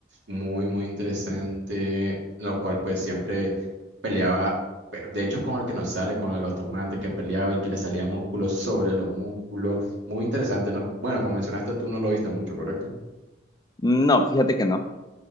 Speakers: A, on the right (about 75°); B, on the left (about 20°).
A: muy, muy interesante, lo cual pues siempre peleaba, pe- de hecho con el que nos sale, con el de los tomates que peleaba y que le salía músculo sobre los músculos, muy interesante, ¿no? Bueno, como mencionaste tú no lo viste mucho, ¿correcto?
B: No, fíjate que no.